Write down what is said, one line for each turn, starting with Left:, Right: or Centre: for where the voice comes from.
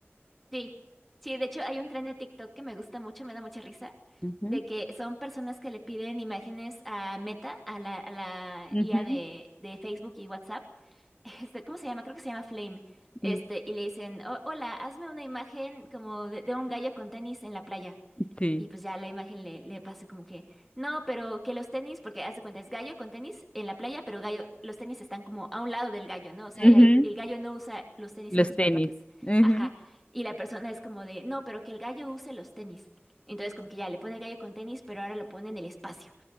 Centre: Sí, sí, de hecho hay un tren de TikTok que me gusta mucho, me da mucha risa,
Left: Ujú,
Centre: de que son personas que le piden imágenes a Meta, a la, a la
Left: ujú,
Centre: IA de, de Facebook y WhatsApp. <laughs> Este, ¿cómo se llama? Creo que se llama Flame. Este,
Left: mm,
Centre: y le dicen, "Oh, hola, hazme una imagen como de, de un gallo con tenis en la playa.
Left: Sí.
Centre: Y pues ya la imagen le, le pasa como que, no, pero que los tenis, porque hace cuenta, es gallo con tenis en la playa, pero gallo, los tenis están como a un lado del gallo, ¿no? O sea,
Left: Ujú,
Centre: el, el gallo no usa los tenis
Left: Los
Centre: en sus
Left: tenis.
Centre: patitas.
Left: Ujú,
Centre: Ajá. Y la persona es como de, no, pero que el gallo use los tenis. Entonces como que ya le pone gallo con tenis, pero ahora lo pone en el espacio.